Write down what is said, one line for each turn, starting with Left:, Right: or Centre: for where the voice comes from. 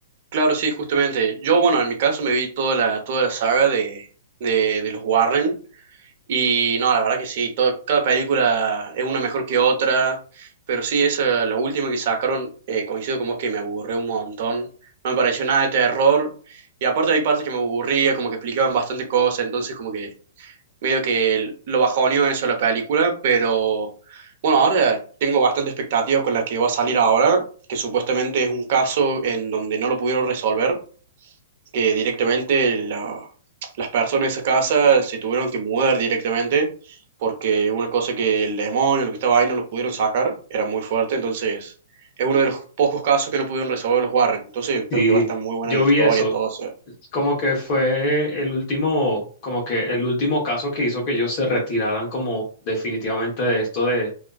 Right: Claro, sí, justamente. Yo, bueno, en mi caso me vi toda la, toda la saga de, de, de los Warren y no, la verdad que sí, todo- cada película es una mejor que otra, pero sí, esa, la última que sacaron, eh, coincido con vos que me aburrió un montón, no me pareció nada de terror y aparte hay partes que me aburría, como que explicaban bastante cosas, entonces como que medio que lo bajoneó eso la película, pero bueno, ahora tengo bastante expectativas con la que va a salir ahora, que supuestamente es un caso en donde no lo pudieron resolver que directamente la- las personas de esa casa se tuvieron que mudar directamente porque una cosa que el demonio, lo que estaba ahí, no lo pudieron sacar, era muy fuerte, entonces es uno de los pocos casos que no pudieron resolver los Warren, entonces
Left: Sí,
Right: creo que va a estar muy buena
Left: yo
Right: la historia,
Left: vi eso.
Right: todo, o sea,
Left: Como que fue el último, como que el último caso que hizo que ellos se retiraran como definitivamente de esto de,